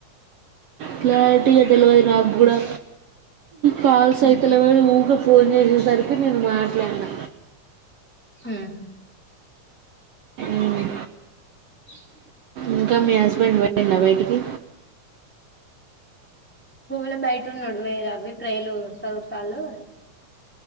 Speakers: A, on the right (about 65°); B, in the centre.
A: క్లారిటీగా తెలివాదు నాకు కూడా కాల్స్
B: ఉమ్
A: అయిత్లేవని వ ఊగా ఫోన్ చేసే సరికి నేను మాట్లాడినా
B: హమ్
A: ఆమ్
B: <inaudible>
A: ఇంకా మీ హస్బెండ్ పోయిండ బయటికి
B: భూములో బయట ఉన్నాడు వే అవి ట్రైలు చదువుతాలు